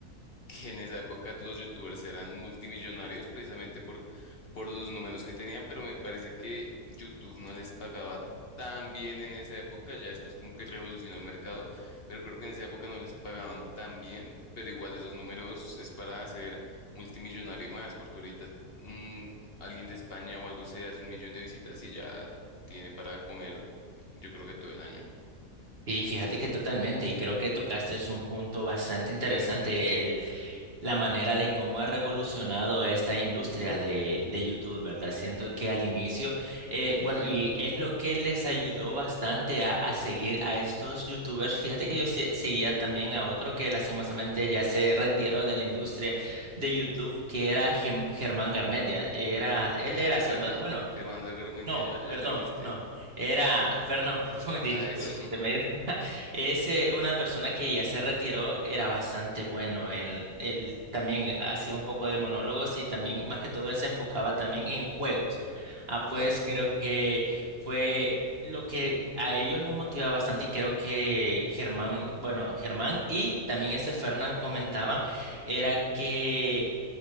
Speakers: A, on the left; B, on the right.
A: que en esa época los youtubers eran multimillonarios precisamente por, por los números que tenían, pero me parece que YouTube no les pagaba tan bien en esa época, ya después como que revolucionó el mercado, pero creo que en esa época no les pagaban tan bien, pero igual esos números es para hacer multimillonario y más, porque ahorita un- alguien de España o algo se hace un millón de visitas y ya tiene para comer. Yo creo que todo el año.
B: Y fíjate que totalmente, y creo que tocaste es un punto bastante interesante, la manera de cómo ha revolucionado esta industria de, de YouTube, ¿verdad? Siento que al inicio, eh, bueno, y es lo que les ayudó bastante a, a seguir a estos YouTubers. Fíjate que yo se- seguía también a otro que lastimosamente ya se retiró de la industria de YouTube, que era Gem- Germán Garmendia. Era, él
A: Mm,
B: era Salvador,
A: Germán,
B: bueno,
A: Germán de Garmendia,
B: no,
A: ya, ya
B: perdón,
A: lo dijiste.
B: no, era Fernán Flow, <laughs> disculpe,
A: A eso, <laughs>
B: se me ha ido. Es eh, una persona que ya se retiró, era bastante bueno. en- él también hacía un poco de monólogos y también, más que todo, él se enfocaba también en juegos. Ah,
A: claro.
B: pues creo que fue lo que a ellos los motivaba bastante y creo que Germán, bueno, Germán y también este Fernán comentaban, era que